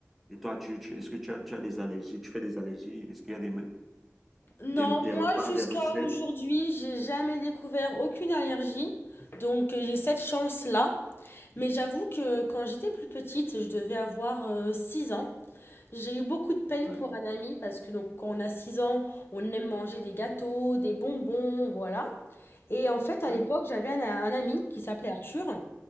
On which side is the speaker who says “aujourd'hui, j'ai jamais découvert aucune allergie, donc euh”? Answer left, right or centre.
Left